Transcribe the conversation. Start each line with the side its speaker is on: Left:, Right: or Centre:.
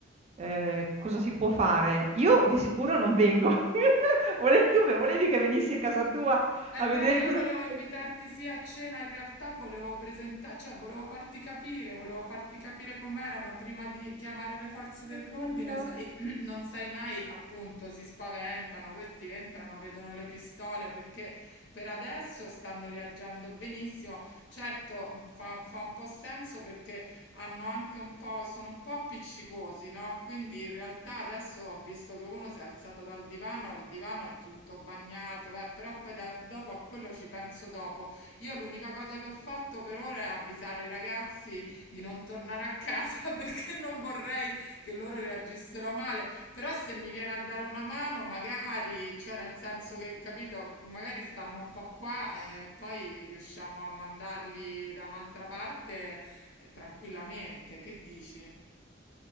Right: Eh, cosa si può fare? Io di sicuro non vengo. <laughs> Volevi, tu me- volevi che venissi a casa tua
Left: E
Right: a
Left: beh,
Right: vedere
Left: io
Right: cosa
Left: volevo
Right: succede?
Left: invitarti sì a cena, in realtà volevo presentare, cioè volevo farti capire, volevo farti capire com'erano prima di chiamare le forze
Right: Mio
Left: dell'ordine,
Right: Dio.
Left: sai, <clears throat> non sai mai, appunto, si spaventano, questi entrano, vedono le pistole perché per adesso stanno reagendo benissimo. Certo, mh, fa, fa un po' senso perché hanno anche un po', sono un po' appiccicosi, no? Quindi in realtà adesso ho visto che uno si è alzato dal divano e il divano è tutto bagnato, beh, però poi da- dopo a quello ci penso dopo. Io l'unica cosa che ho fatto per ora ora è avvisare i ragazzi di non tornare a casa <laughs> perché non vorrei che loro reagissero male. Però se mi viene a dare una mano, magari, cioè nel senso che, capito, magari stanno un po' qua e poi riusciamo a mandarli da un'altra parte eh, tranquillamente. Che dici?